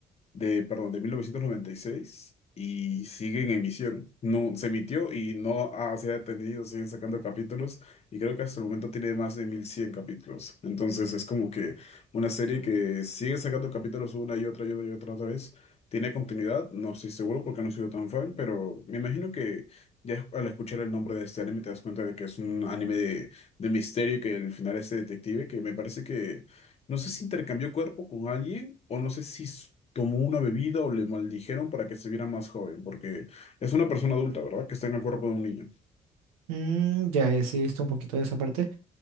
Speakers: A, on the left; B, on the right.
A: de, perdón, de mil novecientos noventa y seis y sigue en emisión. No, se emitió y no ha- se ha detenido, siguen sacando capítulos y creo que hasta el momento tiene más de 1100 capítulos. Entonces es como que una serie que sigue sacando capítulos una y otra y otra y otra, otra vez. Tiene continuidad, no estoy seguro porque no he sido tan fan, pero me imagino que ya al escuchar el nombre de este anime te das cuenta de que es un anime de, de misterio y que el final es de detective, que me parece que no sé si intercambió cuerpo con alguien o no sé si s- tomó una bebida o le maldijeron para que se viera más joven, porque es una persona adulta, ¿verdad? Que está en el cuerpo de un niño.
B: Mm, ya, ya sí he visto un poquito de esa parte.